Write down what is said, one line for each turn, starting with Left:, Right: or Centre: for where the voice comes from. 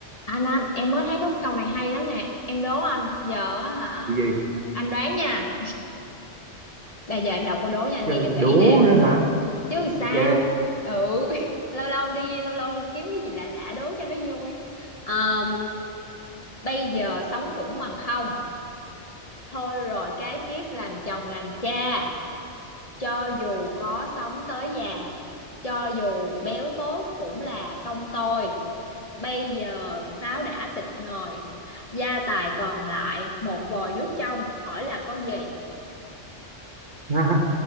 Left: Anh anh em mới thấy có cái câu này hay lắm nè Em đố anh Giờ á hả
Right: Cái gì
Left: ừ, Anh đoán nha <laughs> Bây giờ em đọc câu đố nha anh
Right: chơi
Left: nghe cho kỹ
Right: đố
Left: nè
Right: nữa hả
Left: Chứ sao
Right: ok
Left: Ừ <laughs> Lâu lâu đi Lâu lâu kiếm cái gì lạ lạ đố cho nó vui Ờm, Bây giờ sống cũng bằng không Thôi rồi cái kiếp làm chồng làm cha Cho dù có sống tới già Cho dù béo tốt cũng là công tôi Bây giờ pháo đã tịch ngòi, gia tài còn lại một vòi nước trong, hỏi là con gì?
Right: <laughs> ha,